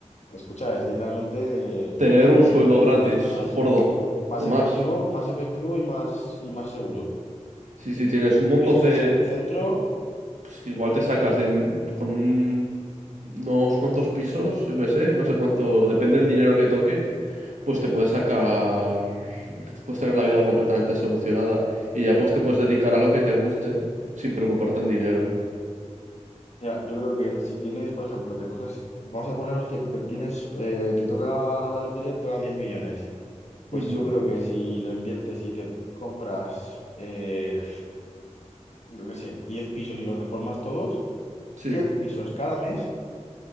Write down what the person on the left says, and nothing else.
Escucha, es literalmente eh,
es
el negocio
más, más,
más
efectivo, más efectivo y más, y más seguro.
Pisos
así en el centro.
Mira, yo creo que si tienes, por ejemplo, te coges, vamos a ponernos que te tienes, eh, te toca la lotería, te tocan diez millones. Pues
yo creo que si lo inviertes y te compras eh, yo qué sé, 10 pisos y los reformas todos,
10 pisos cada mes,